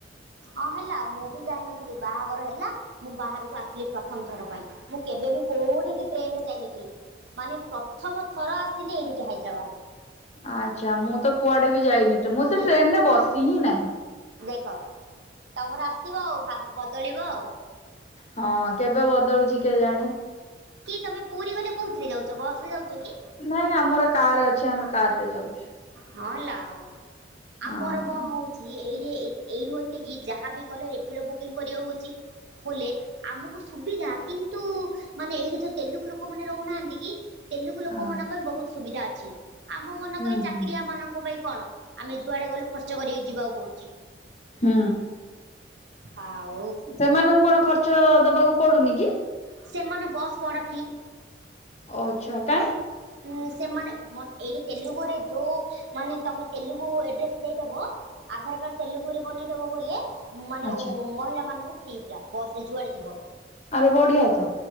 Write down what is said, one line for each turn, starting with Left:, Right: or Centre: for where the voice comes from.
Right: ହଁ ହେଲା ମୁଁ ବି ଯାଇନଥିଲି ବାହାଘର ହେଲା। ମୁଁ ବାହାରକୁ ଆସିଲି ପ୍ରଥମ ଥର ପାଇଁ ମୁଁ କେବେବି କୋଉଠିକି ଟ୍ରେନରେ ଯାଇନଥିଲି। ମାନେ ପ୍ରଥମ ଥର ଆସିଲି ଏଇଠିକି ହାଇଦ୍ରାବାଦ।
Left: ଆଚ୍ଛା ମୁଁ ତ କୁଆଡ଼େ ବି ଯାଇନି ମୁଁ
Right: ହୁଁ
Left: ତ ଟ୍ରେନରେ ବସି ହିଁ ନାହିଁ।
Right: ଦେଖ ତମର ଆସିବ ଆଉ ବଦଳିବ ଆଉ।
Left: ହଁ କେବେ ବଦଳୁଚି କେ ଜାଣେ।
Right: କି ତମେ ପୁରୀ ଗଲେ କୋଉଥିରେ ଯାଉଚ ବସ ରେ ଯାଉଚ କି?
Left: ନାଇଁ ଆମର କାର ଅଛି ଆମେ କାର ରେ ଯାଉଚୁ।
Right: ହଁ ହେଲା ଓ ଆଉ
Left: ହଁ
Right: ଆମର କଣ ହଉ ଏଇରେ ଏଇ ଏଇଠୁ ଏତିକି ଯାହାବି କଲେ ରେପିଡ଼ ବୁକିଂ କରିବା ହେଉଛି ବୋଲେ ଆମକୁ ସୁବିଧା କିନ୍ତୁ ମାନେ ଏଇଠି ଯୋଉ ତେଲୁଗୁ ଲୋକ ମାନେ ରହୁନାହାନ୍ତି କି? ତେଲୁଗୁ ଲୋକ
Left: ହଁ।
Right: ମନେ ପାଇଁ ବହୁତ ସୁବିଧା ଅଛି ଆମ ମନେ
Left: ହୁଁ
Right: କ ଚାକିରିଆ
Left: ହୁଁ।
Right: ମାନଙ୍କ ପାଇଁ କଣ? ଆମେ ଯୁଆଡ଼େ ଗଲୁ ଖର୍ଚ୍ଚ କରିକି ଯିବାକୁ ପଡୁଚି।
Left: ହୁଁ।
Right: ଆଓ।
Left: ସେମାନଙ୍କୁ କଣ ଖର୍ଚ। ଖର୍ଚ୍ଚ ଦବାକୁ ପଡୁନି କି?
Right: ସେମାନେ ବସ୍ ପଡ଼ା ଫି
Left: ଓଚ୍ଛା କାଇଁ?
Right: ଉଁ ସେମାନେ ମୋତେ ଏଇଠି ତେଲୁଗୁରେ ଯୋଉ ମାନେ ତମେ ତେଲୁଗୁ ଏଡ୍ରେସ ଦେଇଦବ ଆଧାର କାର୍ଡ ତେଲୁଗୁ ରେ ବନେଇଦବ ବୋଲେ ମାନେ
Left: ଆଚ୍ଛା।
Right: ଉଁ ମହିଳା ମାନଙ୍କୁ ଫ୍ରି ପା ବସେ ଯୁଆଡେ ଯିବ।
Left: ଆରେ ବଢିଆ ତ